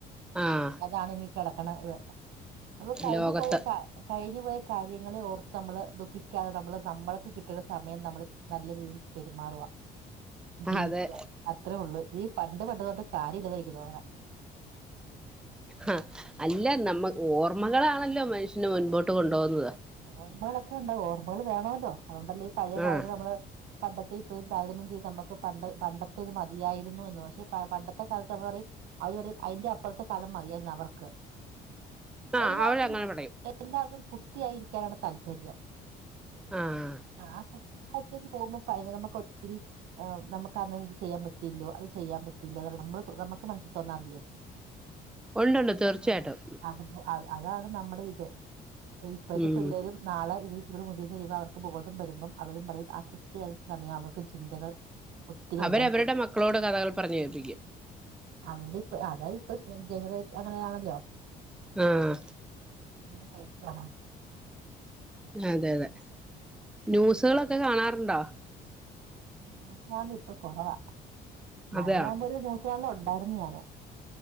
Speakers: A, in the centre; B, on the right.
A: ആഹ്
B: അതാണ് ഇനി കിടക്കണത് അപ്പ കഴിഞ്ഞു
A: ലോകത്ത്
B: പോയ കാ കഴിഞ്ഞു പോയ കാര്യങ്ങളൾ ഓർത്ത് നമ്മള് ദുഃഖിക്കാതെ നമ്മള് നമ്മൾക്ക് കിട്ടുന്ന സമയം നമ്മള് നല്ല രീതിയിൽ പെരുമാറുവാ ജീവിക്കുക
A: അതെ
B: അത്രേ ഉള്ളൂ നീ പണ്ട് പണ്ടതൊണ്ട് കാര്യം ഇല്ലതനിക്ക് തോന്ന
A: ആഹ് അല്ല നമ്മ ഓർമ്മകളാണല്ലോ മനുഷ്യനെ മുൻപോട്ട് കൊണ്ടുപോകുന്നത്
B: ഓർമ്മകളൊക്കെ ഉണ്ടകു ഓർമ്മകൾ വേണമല്ലോ അതുകൊണ്ടല്ലേ ഈ പഴയ കാര്യങ്ങൾ
A: ആഹ്
B: നമ്മള് പണ്ടത്തെ ഇപ്പഴും താരതമ്യം ചെയ്ത് നമുക്ക് പണ്ട പണ്ടത്തെ ഇത് മതിയായിരുന്നു എന്ന് പക്ഷെ പണ്ടത്തെ കാലത്ത് നമ്മുക്ക് പറയും അവര് പറിം അയിന്റെ അപ്പറത്തെ കാലം മതിയായിരുന്നു അവർക്ക്
A: ആഹ്
B: എല്ലാത്തിും
A: അവരങ്ങനെ പറയും
B: എല്ലാര്ക്കും കുട്ടിയായിരിക്കാനാണ് താല്പര്യം
A: ആഹ്
B: ആഹ് ആ കുട്ടിക്കാലത്തേക്ക് പോകുമ്പോ പയ നമുക്ക് ഒത്തിരി ആ നമുക്ക് അന്ന എന്ത് ചെയ്യാൻ പറ്റിയില്ലോ അത് ചെയ്യാൻ പറ്റിയില്ലോ അ നമ്മള് നുക്ക് മനസ്സിൽ തോന്നാറില്ലേ
A: ഉണ്ട്ണ്ട് തീർച്ചയായിട്ടും
B: ആ, അത് അ അതാണ് നമ്മടെ ഇത് ഇപ്പഴത്തെ
A: ഉം
B: പിള്ളേരും നാളെ ഇവ ഇവിടെ മുതിർന്ന് കഴുമ്പൾ അവർക്ക് ബോധം വരുമ്പോം അവരും പറയും ആ കുട്ടിയുന്ന സമയം അവർക്കും ചിന്തകൾ ഒത്തിരി ഉണ്ടാക്കി
A: അവരവരുടെ
B: കൊടുക്കും
A: മക്കളോട് കഥകൾ പറഞ്ഞു കേൽപ്പിക്കാം
B: അവടെ ഇപ്പ അതാ ഇപ്പൊ ജനറേ അങ്ങനെയാണല്ലോ
A: ആഹ്
B: <unintelligible>
A: അതെ അതെ ന്യൂസുകളൊക്കെ കാണാറ്ണ്ടോ?
B: ന്യൂസലാണ്ട് ഇപ്പൊ കുറവാ മടിയുമ്പോ
A: അതെയോ
B: ഒരു ന്യൂസ് കാണല് ഉണ്ടായിരുന്നു ഞാന്